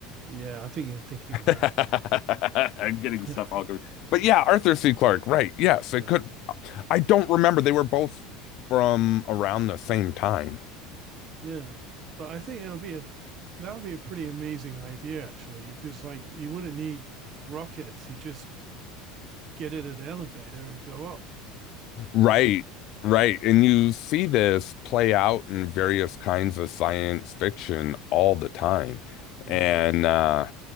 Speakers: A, on the right; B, on the left.
A: Yeah, I think you're thinking
B: <laughs>
A: of that.
B: I'm getting
A: <laughs>
B: stuff all confused. But yeah, Arthur C. Clarke, right. Yes,
A: Yeah,
B: it could. I don't remember. They were both from around the same time.
A: yeah. But I think it would be a that would be a pretty amazing idea actually, because like you wouldn't need rockets. You just get in an elevator and go up.
B: Right,
A: You know.
B: right. And you see this play out in various kinds of science fiction all the time. And
A: Mm.
B: uh,